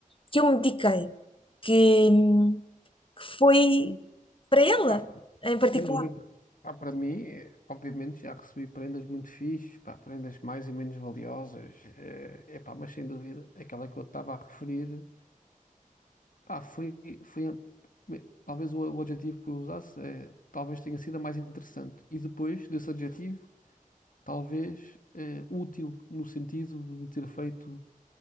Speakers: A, on the left (about 40°); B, on the left (about 70°).
A: que eu me dediquei, que, que foi
B: Hum,
A: para ela,
B: Pá,
A: em particular.
B: sem dúvida. Pá, para mim, eh, obviamente, já recebi prendas muito fixes, pá, prendas mais e menos valiosas, é, pá, mas sem dúvida, aquela que eu estava a referir, pá, foi, foi a- me- talvez o, o adjetivo que eu usasse, eh, talvez tenha sido a mais interessante. E depois desse adjetivo, talvez eh, útil, no sentido de me ter feito